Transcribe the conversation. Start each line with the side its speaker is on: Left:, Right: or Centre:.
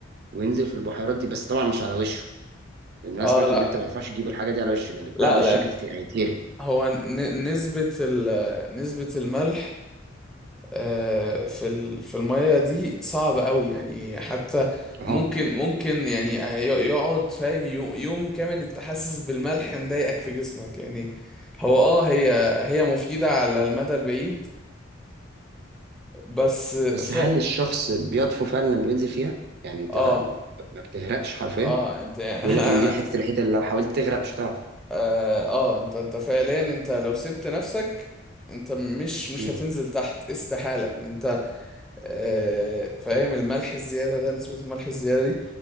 Right: وينزل في البحيرات دي بس طبعا مش على وشه لان انا
Centre: آه،
Right: سمعت
Centre: لا
Right: ان انت ما ينفعش تجيب الحاجه دي على وشه لو جبتها
Centre: لا
Right: على وشك
Centre: لان
Right: هتت- هيتهري
Centre: هو ن- نسبة ال- نسبة الملح آه، في ال- في المية دي صعب قوي يعني حتى
Right: اه
Centre: ممكن ممكن يعني آه، ي- يقعد فاهم يو- يوم كامل انت حاسس بالملح مضايقك في جسمك يعني هو اه هي هي مفيدة على المدى البعيد بس
Right: بس
Centre: ف...
Right: هل الشخص بيطفو فعلا لما بينزل فيها؟ يعني انت
Centre: اه
Right: ما بتغرقش حرفيا
Centre: اه انت يعني
Right: بيقول لك
Centre: <laughs>
Right: ان
Centre: انا
Right: دي الحته الوحيده اللي لو حاولت تغرق مش هتعرف
Centre: اه, آه انت انت فعليا انت لو سبت نفسك انت مش مش
Right: مم.
Centre: هتنزل تحت استحالة ان انت آه فاهم الملح الزيادة ده نسبة الملح الزيادة دي